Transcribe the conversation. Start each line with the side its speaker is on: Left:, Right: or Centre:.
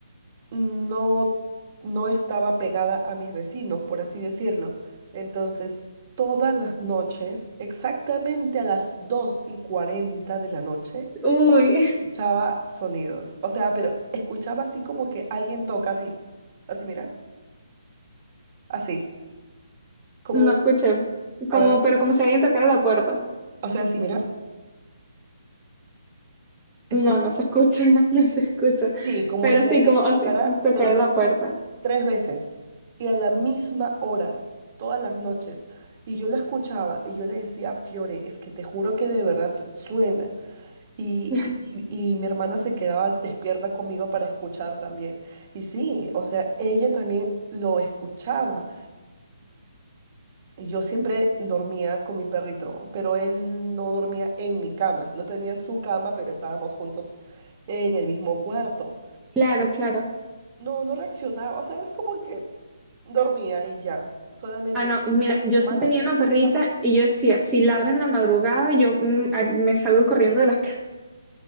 Right: no, no estaba pegada a mis vecinos, por así decirlo. Entonces, todas las noches, exactamente a las 2 y 40 de la noche,
Centre: Uy,
Right: escuchaba sonidos. O sea, pero escuchaba así como que alguien toca así. Así, mira. Así
Centre: <laughs>
Right: como
Centre: no
Right: un
Centre: escuché. Como,
Right: A ver,
Centre: pero como si alguien tocara la puerta.
Right: o sea, sí, mira, escucha.
Centre: No, no se escucha, <laughs> no se escucha.
Right: Sí, como
Centre: Pero
Right: si
Centre: sí,
Right: alguien
Centre: como o
Right: tocara,
Centre: sea, tocara
Right: pero
Centre: la puerta.
Right: tres veces y a la misma hora, todas las noches. Y yo la escuchaba y yo le decía, Fiore, es que te juro que de verdad suena. Y,
Centre: <laughs>
Right: y- y mi hermana se quedaba despierta conmigo para escuchar también. Y sí, o sea, ella también lo escuchaba. y Yo siempre dormía con mi perrito, pero él no dormía en mi cama. No tenía su cama, pero estábamos juntos en el mismo cuarto.
Centre: Claro, claro.
Right: No, no reaccionaba. O sea, era como que dormía y ya. Solamente
Centre: Ah, no, mira,
Right: mi
Centre: yo
Right: hermana
Centre: sí tenía
Right: y yo escuchábamos.
Centre: una perrita y yo decía, si ladra en la madrugada, yo mm, ay, me salgo corriendo de la casa.